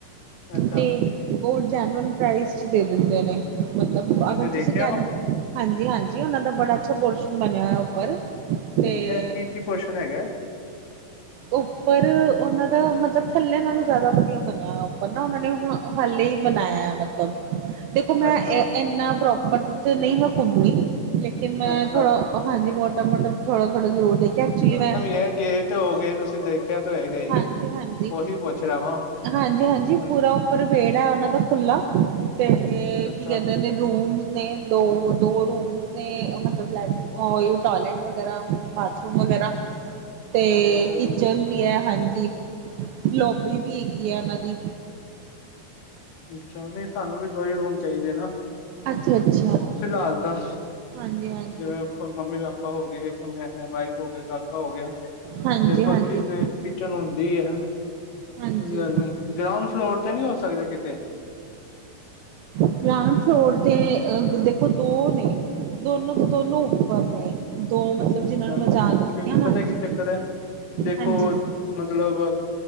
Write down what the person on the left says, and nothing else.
ਅੱਛਾ
ਦੇਖਿਆ
ਵਾ
ਦੇਖਿਆ ਕੀ - ਕੀ ਪੋਸ਼ਣ ਹੈਗਾ।
ਅੱਛਾ,
ਅੱਛਾ
ਗੇਟ। <unintelligible> ਤੇ ਹੋ ਗਏ। ਤੁਸੀਂ ਦੇਖਿਆ ਤੇ ਹੋਏਗਾ ਹੀ
ਉਹੀ ਪੁੱਛ ਰਿਹਾ ਵਾਂ
ਹੁਣ
ਅੱਛਾ
ਅੱਛਾ ਜੀ
ਅੱਛਾ, ਸਾਨੂੰ ਵੀ ਦੋ ਹੀ ਰੂਮ ਚਾਹੀਦੇ ਨਾ
ਫਿਲਹਾਲ ਤਾਂ
ਜਿਵੇਂ ਮੰਮੀ-ਪਾਪਾ ਹੋ ਗਏ, ਇੱਕ ਮੈਂ-ਵਾਈਫ ਹੋ ਗਏ, ਕਾਕਾ ਹੋ ਗਿਆ।
ਤੇ ਬਾਕੀ ਤੇ ਕਿਚਨ ਹੁੰਦੀ ਏ,
ਕੋਈ ਗੱਲ ਨੀ, ਗਰਾਉਂਡ ਫਲੋਰ ਤੇ ਨੀ ਹੋ ਸਕਦੇ ਕਿਤੇ?
ਅੱਛਾ,
ਨਈ
ਕਿਉਂਕਿ
ਪਤਾ ਕੀ ਚੱਕਰ ਹੈ ਦੇਖੋ
ਮਤਲਬ